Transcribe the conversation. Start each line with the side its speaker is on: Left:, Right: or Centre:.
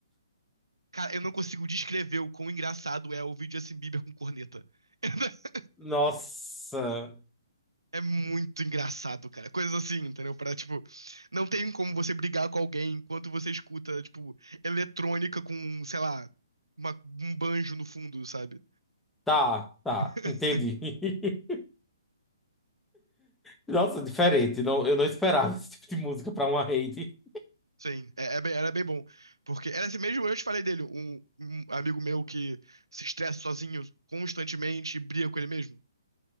Right: Cara, eu não consigo descrever o quão engraçado é ouvir Justin Bieber com corneta. <laughs>
Centre: Nossa.
Right: É muito engraçado, cara. Coisas assim, entendeu? Pra, tipo, não tem como você brigar com alguém enquanto você escuta, tipo, eletrônica com, sei lá, uma- um banjo no fundo, sabe?
Centre: Tá, tá.
Right: <laughs>
Centre: Entendi. <laughs> Nossa, diferente. Não, eu não esperava <laughs> esse tipo de música pra uma raid.
Right: Sim, é, é bem- era bem bom. Porque era esse mesmo, eu te falei dele, um, um amigo meu que se estressa sozinho constantemente e briga com ele mesmo.